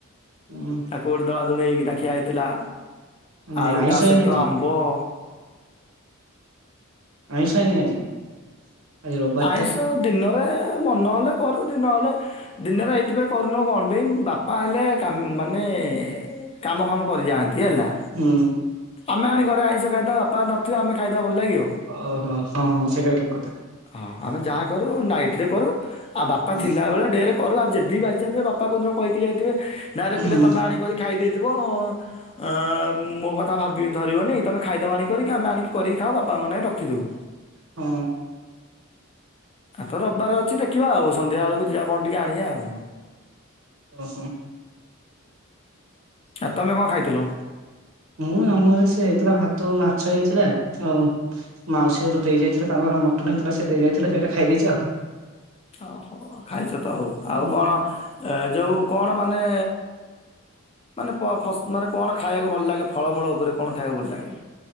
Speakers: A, on the right (about 75°); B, on the left (about 30°).
A: ହୁଁ
B: ତାକୁ ଗୋଟେ ଦଳା ଦଳି ହେଇକିନା ଖିଆ ହେଇଥିଲା,
A: ନାଇଁ
B: ଆଉ
A: ଆଇଁଷ
B: ତା
A: ହେଇନି
B: ସହିତ
A: ଆଜି
B: ଆମ୍ବ୍ ବ
A: ଆଇଁଶ ହେଇନି ଆଜି? ଆଜି ରବିବାର
B: ଆଇଁଶ
A: ଟା
B: ଦିନରେ ମନ ହେଲେ କରୁ ଦିନ ହେଲେ ଦିନରେ ଏଇଥିପାଇଁ କରୁନୁ କଣ ପାଇଁ ବାପା ହେଲେ କା ମାନେ କାମ ଫାମ କରି ଯାଆନ୍ତି ହେଲା।
A: ହୁଁ।
B: ଆମେ ଆଣି ଘରେ ଆଇଁଶ ଖାଇଦବା ବାପା ନଥିବେ ଆମେ ଖାଇଦବା ଭଲ ଲାଗିବ?
A: ଓହୋ ହଁ ହଁ ସେଇଟା ବି ଠିକ୍ କଥା।
B: ହଁ ଆମେ ଯାହା କରୁ ନାଇଟ୍ ରେ କରୁ ଆଉ ବାପା
A: ହୁଁ
B: ଥିଲାବେଳେ ଢେର୍ କରୁ ଆଉ ଯଦି ବାଇଚାନ୍ସ ବାପା କୋଉଦିନ କହିକି ଯାଇଥିବେ ନାଁରେ ପିଲା
A: ହୁଁ
B: ତମେ ଆଣିକରି ଖାଇ ଦେଇଥିବ ଅଁ ମୋ କଥା ଭାବିକି ଧରିବନି ତୁମେ ଖାଇଦବ ଆଣି କରିକି ଆମେ ଆଣିକି କରିକି ଖାଉ ବାପାଙ୍କ ପାଇଁ ରଖିଦେବୁ।
A: ହଁ।
B: ଆଜି ତ ରବିବାର ଅଛି ଦେଖିବା ଆଉ ସନ୍ଧ୍ୟାବେେଳକୁ ଯିବା କଣ ଟିକେ ଆଣିଆ ଆଉ।
A: <unintelligible>
B: ଆ ତମେ କଣ ଖାଇଥିଲ?
A: ହଁ ଆମ ଘରେ ସେ ହେଇଥିଲା ଭାତ ମାଛ ହେଇଥିଲା ଆଉ ମାଉସୀ ଘରୁ ଦେଇ ଯାଇଥିଲା ତାଙ୍କ ଘର ମଟନ୍ ହେଇଥିଲା ସେ ଦେଇ ଯାଇଥିଲେ ସେଇଟା ଖାଇ ଦେଇଚି ଆଉ।
B: ଓହୋ ଖାଇଚ ତ ଆଉ ଆଉ
A: ଉଁ
B: କଣ ଯୋଉ କଣ ମାନେ ମାନେ ପ ଫସ୍ ମାନେ କଣ ଖାଇବାକୁ ଭଲ ଲାଗେ ଫଳମୂଳ ଉପରେ କଣ ଖାଇବାକୁ ଭଲ ଲାଗେ?